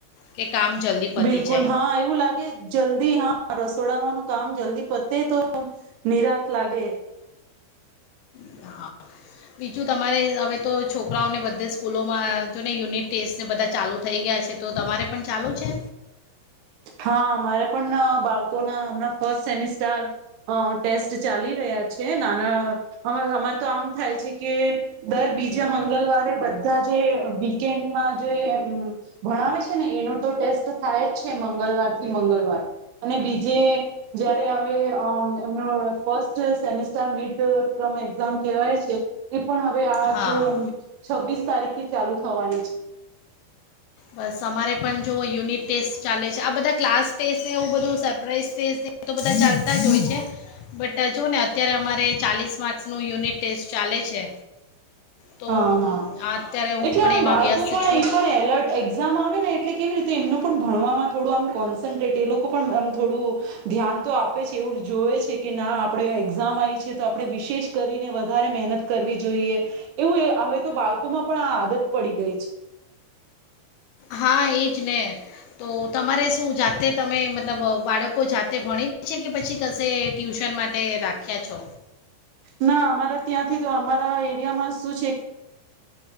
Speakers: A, on the left (about 75°); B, on the right (about 75°).
A: કે કામ જલ્દી પતી
B: બિલકુલ,
A: જાય
B: હા એવું લાગે જલ્દી હા, રસોડામાંનું કામ જલ્દી પતે તો નિરાંત લાગે.
A: એ હા. બીજું તમારે હવે તો છોકરાઓને બધે સ્કૂલોમાં આ જો ને યુનિટ ટેસ્ટને બધા ચાલુ થઈ ગયા છે. તો તમારે પણ ચાલુ છે?
B: હા, અમારે પણ બાળકોના હમણાં ફસ્ટ સેમિસ્ટાર અ ટેસ્ટ ચાલી રહ્યા છે. અન અમાર અમાર તો આમ થાય છે કે દર બીજા મંગલવાર બધા જે વી કેડ જો એ ભણાવે છે ને એનો તો ટેસ્ટ થાય જ છે મં ગળવારથી મંગળવાર અને બીજે જયારે અમે અમ એમનું first semester mid term exam કહેવાય છે. એ પણ હવે આજ
A: હા
B: છવ્વીસ તારીખથી ચાલુ થવાની છે.
A: બસ અમારે પણ જો યુનિટ ટેસ્ટ ચાલે છે આ બધા ક્લાસ ટેસ્ટને એવું બધું સર પ્રાઈઝ ટેસ્ટ ને એ બધા ચાલતા જ હોય છે. બટ આ જોઓને અત્યારે અમારે ચાલીસ માર્ક્સનું યુનિટ ટેસ્ટ ચાલે છે. તો
B: હા હા
A: આ અત્યારે હું
B: એટલે
A: પણ
B: આમ
A: એમાં
B: બાળકો
A: વ્યસ્ત
B: પણ
A: છું.
B: એ પણ એક્ઝામ આવે ને એટલે કેવી રીતે એમનું ભણવામાં થોડું આમ કોન્સનટ્રેટ એ લોકો પણ આમ થોડું ધ્યાન તો આપે છે એવું જોય છે કે ના આપણે એક્ઝામ આવી છે તો આપણે વિશેષ કરીને વધારે મહેનત કરવી જોઈએ. એવું હવે તો બાળકોમાં પણ આ આદત પડી ગઈ છે.
A: હા એજ ને તો તમારે શું જાતે તમે મતલબ બાળકો જાતે ભણી છે કે પછી કશે ટ્યુશન મા ટે રાખ્યા છો?
B: ના અમારા ત્યાંથી તો અમારા એરિયામાં શું છે કે